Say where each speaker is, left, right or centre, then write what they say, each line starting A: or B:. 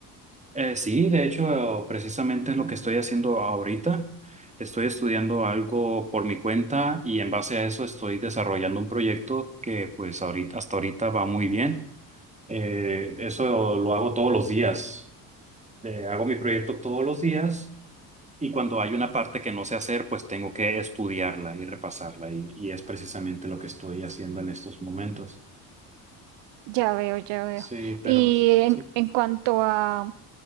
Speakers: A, on the right; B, on the right.
A: Eh, sí, de hecho, precisamente es lo que estoy haciendo ahorita. Estoy estudiando algo por mi cuenta y en base a eso estoy desarrollando un proyecto que pues ahorita, hasta ahorita va muy bien. Eh, eso lo hago todos los días. Eh, hago mi proyecto todos los días y cuando hay una parte que no sé hacer, pues tengo que estudiarla y repasarla y, y es precisamente lo que estoy haciendo en estos momentos.
B: Ya veo, ya veo.
A: Sí, pero
B: Y en,
A: sí.
B: en cuanto a